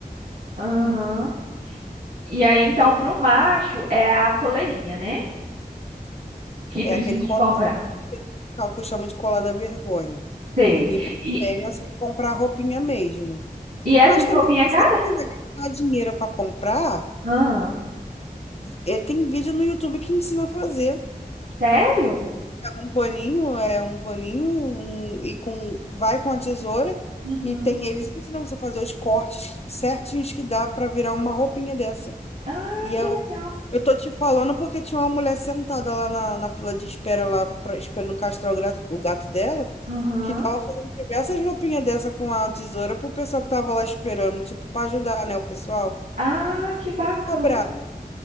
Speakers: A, on the right (about 70°); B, on the left (about 40°).
A: Aham. E aí, então, pro macho é a coleirinha, né? Que
B: É
A: preciso
B: aquele cordão
A: de comprar.
B: especial que eu chamo de colar da vergonha.
A: Sei.
B: E para
A: E,
B: você comprar roupinha mesmo.
A: e essas
B: Mas também,
A: roupinhas
B: se você
A: caras?
B: não quiser gastar dinheiro para comprar,
A: Ah,
B: eh, tem vídeo no YouTube que ensina a fazer.
A: sério?
B: Pega um paninho, é um paninho um- e com, vai com a tesoura
A: Uhum.
B: e tem eles ensinam você a fazer os cortes certinhos que dá pra virar uma roupinha dessa.
A: Ah,
B: E
A: que
B: eu,
A: legal.
B: eu tô te falando porque tinha uma mulher sentada lá na, na fila de espera, lá pra, esperando castrar o gato, o gato dela,
A: Uhum.
B: que tava fazendo diversas roupinhas dessa com a tesoura pro pessoal que tava lá esperando, tipo, pra ajudar, né, o pessoal.
A: Ah, que bacana.
B: Cobrar.